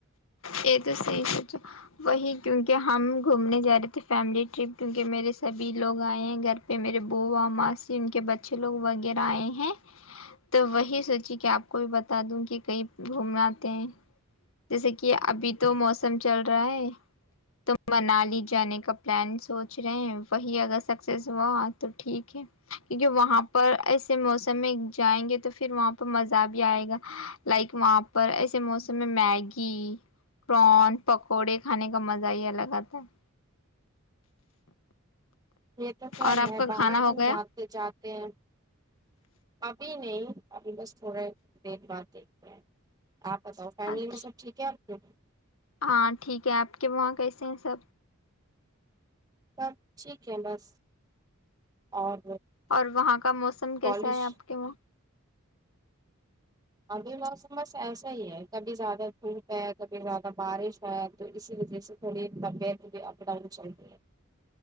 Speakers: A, on the left; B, on the right.
A: یہ تو صحی سوچا وہی کیونکہ ہم گھومنے جا رہے تھے فیملی ٹرپ کیونکہ میرے سبھی لوگ آئے ہیں گھر پہ میرے بوا ماسی ان کے بچے لوگ وغیرہ آئے ہیں تو وہی سوچی کہ آپ کو بھی بتا دوں کہ کئی گھومنا آے ہیں جیسے کہ ابھی تو موسم چل رہا ہے تو منالی جانے کا پلان سوچ رہے ہیں وہی اگر سکسیس ہوا تو ٹھیک ہے کیونکہ وہاں پر ایسے موسم میں جائیں گے تو پھر وہاں پر مزہ بھی آئے گا لائک وہاں پر ایسے موسم میں میگی پرون پکوڑے کھانے کا مزہ ہی الگ آتا ہے
B: یہ تو کیا
A: اور آپ
B: ہے
A: کا
B: باہر
A: کھانا ہو
B: ہم
A: گیا
B: جاتے جاتے ہیں ابھی نہیں ابھی بس تھوڑے دیر بعد دیکھتے ہیں آپ بتاؤ فیملی
A: اچھا
B: میں سب ٹھیک ہے آپ <unintelligible>
A: ہاں ٹھیک ہے آپ کے وہاں کیسے ہیں سب
B: سب ٹھیک ہے بس اور
A: اور وہاں کا موسم
B: کالج
A: کیسا ہے آپ کے وہاں
B: ابھی موسم بس ایسا ہی ہے کبھی زیادہ دھوپ ہے کبھی زیادہ بارش ہے تو اسی وجہ سے تھوڑی طبیعت بھی اپ ڈاؤن چلتی ہے